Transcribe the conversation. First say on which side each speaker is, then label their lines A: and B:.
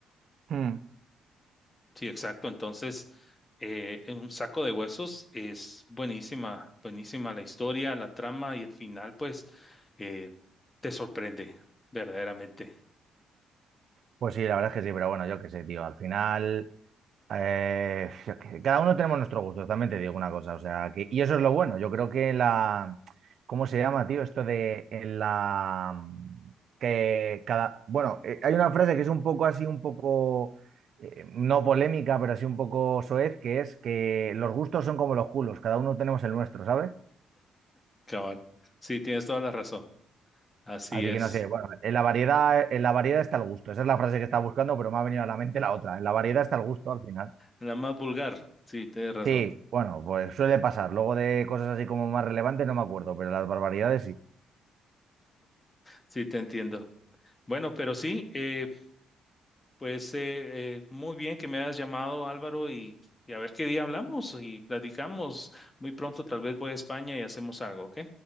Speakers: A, on the right; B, on the left.
A: Mm.
B: Sí, exacto. Entonces, eh, en un saco de huesos es buenísima, buenísima la historia, la trama y el final, pues, eh, te sorprende, verdaderamente.
A: Pues sí, la verdad es que sí, pero bueno, yo qué sé, tío. Al final. Eh, yo qué sé, cada uno tenemos nuestro gusto, también te digo una cosa, o sea, que, y eso es lo bueno. Yo creo que la, ¿cómo se llama, tío? Esto de en la mm, que cada, bueno, eh, hay una frase que es un poco así, un poco eh, no polémica, pero así un poco soez, que es que los gustos son como los culos, cada uno tenemos el nuestro, ¿sabes?
B: Cabal. Sí, tienes toda la razón. Así
A: Así
B: es.
A: que no sé, bueno, en la variedad, en la variedad está el gusto. Esa es la frase que estaba buscando, pero me ha venido a la mente la otra. En la variedad está el gusto al final.
B: La más vulgar. Sí, tienes razón.
A: Sí, bueno, pues suele pasar. Luego de cosas así como más relevantes no me acuerdo, pero las barbaridades sí.
B: Sí, te entiendo. Bueno, pero sí, eh, pues eh, eh, muy bien que me hayas llamado, Álvaro, y, y a ver qué día hablamos y platicamos. Muy pronto tal vez voy a España y hacemos algo, ¿ok?